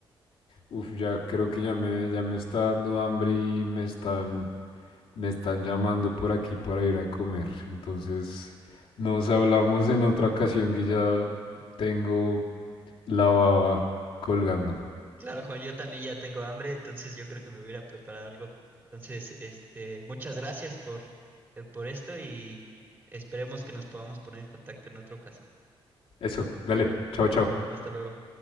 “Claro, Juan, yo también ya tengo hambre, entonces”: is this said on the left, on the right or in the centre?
Right